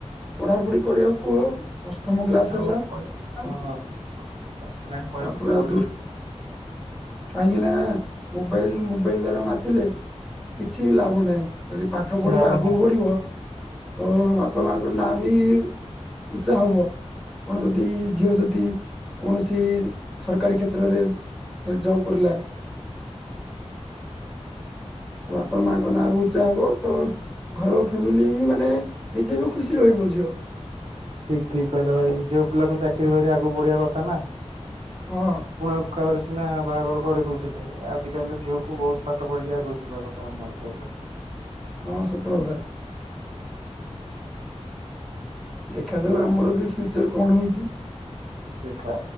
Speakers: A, in the centre; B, on the right.
A: ପଢାପଢି କରିବାକୁ କୁହ। ଅଷ୍ଟମ କ୍ଲାସ
B: ଆଉ
A: ହେଲା
B: ହଁ। <unintelligible>
A: ଆଉ
B: ଲାଣି କହିବାକୁ
A: ତାପରେ ଆଉ
B: ପଡିବ
A: ଦୁ
B: ତ।
A: କାହିଁକି ନା ମୋବାଇଲ ମୋବାଇଲ ଦ୍ଵାରା ମାତିଲେ କିଛି ବି ଲାଭ ନାହିଁ। ଯଦି
B: କିଛି
A: ପାଠ ପଢିବା
B: ଲାଭ
A: ଆଗକୁ
B: ନାହିଁ
A: ବଢିବ। ତ ବାପା ମାଆଙ୍କର ନାଁ ବି ଉଚ୍ଚା ହବ, କଣ ଯଦି ଝିଅ ଯଦି କୌଣସି ସରକାରୀ କ୍ଷେତ୍ରରେ ଜବ କରିଲା, ତ ବାପା ମାଙ୍କ ନାଁ ବି ଉଚ୍ଚା ହବ ତ ଘରର ଫାମିଲି ବି ମାନେ ନିଜେ ବି ଖୁସି ରହିବ ଝିଅ।
B: ଠିକ ଠିକ କହିଲ ଭାଇ ଝିଅ ପିଲା କୁ ଚାକିରି କରିବା ଆଗକୁ ବଢିବା କଥା ନା।
A: ହଁ
B: ହଣ କଳ <inaudible> ନା ବାହାଘର କରିଦଉଥିଲେ ଆଜିକାଲି ତ ଝିଅକୁ ବହୁତ ପାଠ ପଢିକି ଆଗକୁ ଯିବା କଥା ଆମ ହିସାବରେ।
A: ହଁ ସତ କଥା ଦେଖାଯାଉ ଆମର ବି ଫ୍ୟୁଚର କଣ ହଉଛି
B: <inaudible> ହବ